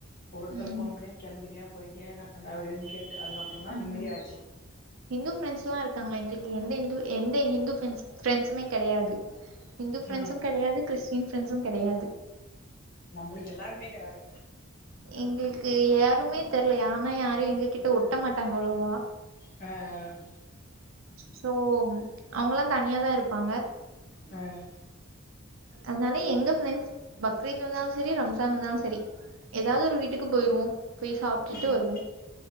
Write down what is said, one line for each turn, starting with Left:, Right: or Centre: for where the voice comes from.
Left: ஒரு ஒருத்தர்
Right: ம்
Left: ஃபோன் பண்ணி கிளம்பிட்டியா போயிட்டியா என்ன பண்ணற அப்டின்னு கேட்டு அதுக்கப்றோ தா
Right: ம்
Left: நிம்மதி ஆச்சி
Right: ஹிந்து ஃபிரெண்ட்ஸ்லா இருக்காங்கல்ல எங்களுக்கு எந்த இந்து எந்த ஹிந்து ஃபிரெண்ட்ஸ் ஃப்ரெண்ட்ஸுமே கெடையாது ஹிந்து ஃப்ரெண்டஸுமே
Left: ம்
Right: கெடையாது கிறிஸ்டின் ஃப்ரெண்ட்ஸு கெடையாது
Left: நம்மளுக்கு எல்லாருமேகிறாக
Right: எங்களுக்கு யாருமே தெர்ல ஏனா யாரு எங்ககிட்ட ஒட்ட மாட்டாங்க அவ்ளோவா
Left: அ அ
Right: சோ அவங்கல்லா தனியாதா இருப்பாங்க
Left: அ
Right: அதனால எங்க ஃபிரெண்ட்ஸ் பக்ரீத் வந்தாலு சரி ரம்சான் வந்தாலு சரி ஏதாவது ஒரு வீட்டுக்கு போயிருவோ போய் சாப்ட்டுட்டு
Left: ம்
Right: வருவோ